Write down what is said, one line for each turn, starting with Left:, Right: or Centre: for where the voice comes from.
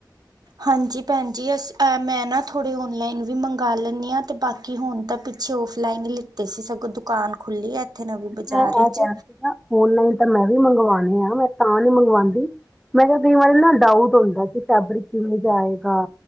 Right: ਹਾਂਜੀ। ਭੈਣ ਜੀ, ਅਸੀ ਆ ਮੈਂ ਨਾ ਥੋੜੇ ਓਨਲਾਈਨ ਵੀ ਮੰਗਾ ਲੈਂਨੀਂ ਹਾਂ। ਤੇ ਬਾ ਕਿ ਹੁਨ ਤਾ ਪਿੱਛੇ ਔਫਲਾਈਨ ਹੀ ਲਿੱਤੇ ਸੀ। ਸਗੋਂ ਦੁਕਾਨ ਖੁੱਲੀ ਹੈ। ਇੱਥੇ ਨਵੀਂ ਬਾਜ਼ਾਰ
Centre: ਮੈਂ
Right: ਵਿੱਚ
Centre: ਇਹ ਕਹਿਣਾ ਸੀਗਾ, ਓਨਲਾਈਨ ਤਾ ਮੈਂ ਵੀ ਮੰਗਵਾਉਨੀਆਂ ਮੈਂ ਤਾਂ ਨੀ ਮੰਗਵਾਉਂਦੀ ਮੈਂ ਕਿਹਾ ਕਈ ਵਾਰੀ ਨਾ ਡਾਊਟ ਹੁੰਦਾ ਏ, ਕਿ ਫੈਬਰਿਕ ਕਿਵੇਂ ਜਿਹਾ ਆਏਗਾ।